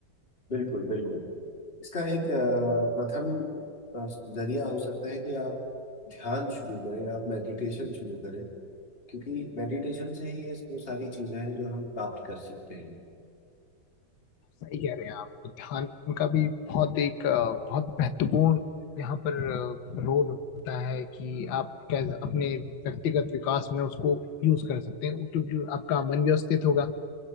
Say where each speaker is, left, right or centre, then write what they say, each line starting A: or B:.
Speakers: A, on the left; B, on the left.
A: बिल्कुल बिल्कुल इसका एक अ, प्रथम अ, जरिया हो सकता है कि आप ध्यान शुरू करें आप मेडिटेशन शुरू करें क्योंकि मेडिटेशन से ही ये वो सारी चीजें हैं जो हम प्राप्त कर सकते हैं
B: सही कह रहे हैं आप ध्यान का भी बहुत एक अ, बहुत महत्वपूर्ण यहाँ पर अ, रोल होता है कि आप कैसे अपने व्यक्तिगत विकास में उसको यूज कर सकते हैं क्योंकि आपका मन व्यवस्थित होगा